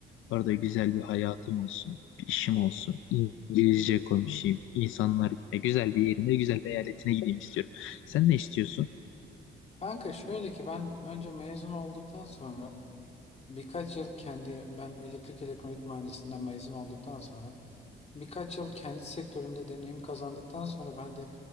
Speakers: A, on the left; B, on the left.
A: Orada güzel bir hayatım olsun. Bir işim olsun. İngilizce konuşayım. İnsanlar ya güzel bir yerine, güzel bir eyaletine gideyim istiyorum. Sen ne istiyorsun?
B: Kanka şöyle ki ben önce mezun olduktan sonra birkaç yıl kendi ben elektrik elektronik mühendisliğinden mezun olduktan sonra birkaç yıl kendi sektörümde deneyim kazandıktan sonra ben de